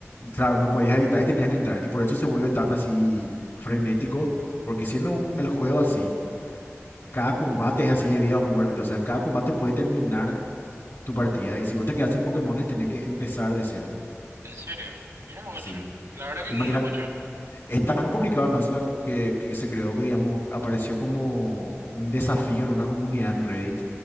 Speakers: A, on the left; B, on the right.
A: claro, no podías evitar y tenías que entrar. Y por eso se vuelve tan así frenético, porque siendo un- el juego así, cada combate es así de vida o muerte. O sea, en cada combate puede terminar tu partida. Y si vos te quedas sin Pokémones, tenías que empezar de cero.
B: ¿En serio? Mira, ocho.
A: Sí.
B: La verdad que
A: Imagínate,
B: nunca escuché.
A: es tan complicado Nuzlocke que, que se creó, que digamos, apareció como un desafío en una comunidad en Reddit,